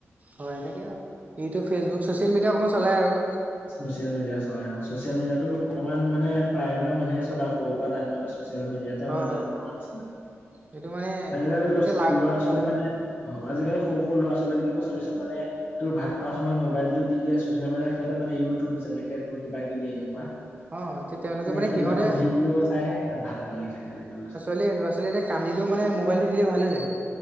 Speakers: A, on the right; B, on the left.
A: হয়, এনেকে আৰু ইউটিউব ফেচবুক চচিয়েল মিডিয়া অকণমান চলাই আৰু।
B: চচিয়েল মিডিয়া চলাই অ'। ছচিয়েল মিডিয়াতো বৰ্তমান মানে প্ৰায়বিলাক মানুহে চলাই সৰুৰ পৰা ডাঙৰলে ছচিয়েল মিডিয়াত তে
A: হয়
B: ডাঙৰ
A: হয়
B: হোৱা নিচিনা,
A: সেইটো মানে
B: আজিকালি ল'ৰা
A: এতিয়া
B: ছোৱালী
A: লা
B: ল'ৰা ছোৱা ছোৱালী মানে অ' আজিকালি সৰু সৰু ল'ৰা ছোৱালী বিলাকো চাবিচোন মানে তোৰ ভাত খোৱাৰ সময়ত মোবাইলটো দি দিয়ে ছচিয়েল মিডিয়াৰ সিহঁতে মানে ইউটিউব যেনেকে তোৰ কিবা কিবি এনেকুৱা।
A: অ এতিয়া তেওঁলোকে
B: মানে সেইবিলাকৰ
A: সিহঁতে
B: ভিডিঅ' চাইহে ভাত পানী খাই আজিকালি ল'ৰা ছোৱালী
A: <unintelligible> ল'ৰা ছোৱালী কান্দিলেও মানে মোবাইলটো দিলে ভাল হৈ যায়।